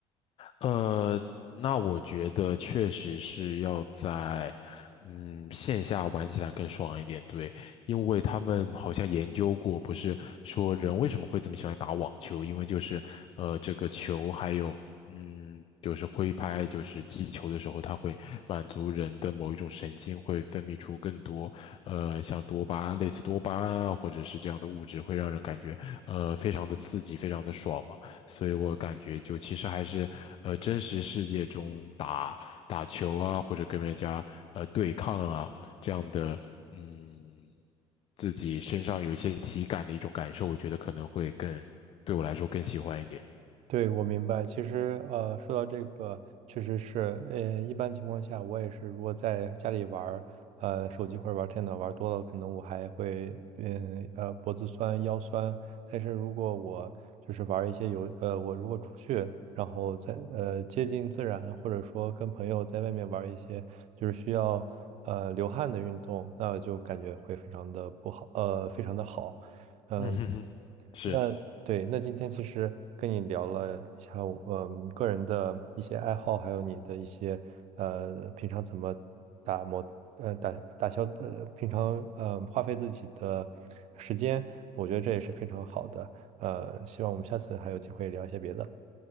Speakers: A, on the left; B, on the right.
A: 呃，那我觉得确实是要在，嗯，线下玩起来更爽一点，对，因为他们好像研究过，不是说人为什么会这么喜欢打网球，因为就是，呃，这个球还有，嗯，就是挥拍，就是击球的时候，它会满足人的某一种神经，会分泌出更多，呃，像多巴，类似多巴胺啊，或者是这样的物质，会让人感觉，呃，非常的刺激，非常的爽嘛。所以我感觉就其实还是，呃，真实世界中打打球啊，或者跟人家呃对抗啊这样的，嗯，自己身上有一些体感的一种感受，我觉得可能会更，对我来说更喜欢一点。
B: 对，我明白。其实，呃，说到这个，确实是，呃，一般情况下，我也是，如果在家里玩儿，呃，手机或者玩儿电脑玩儿多了，可能我还会，嗯，呃，脖子酸、腰酸。但是如果我就是玩儿一些游，呃，我如果出去，然后在，呃，接近自然，或者说跟朋友在外面玩儿一些就是需要，呃，流汗的运动，那就感觉会非常的不好，呃，非常的好。嗯。
A: 嗯哼哼，<laughs> 是，
B: 那对，那今天其实跟你聊了一下我，嗯，个人的一些爱好，还有你的一些呃，平常怎么打磨，呃，打打消，呃，平常呃，花费自己的时间，我觉得这也是非常好的。呃，希望我们下次还有机会聊一些别的。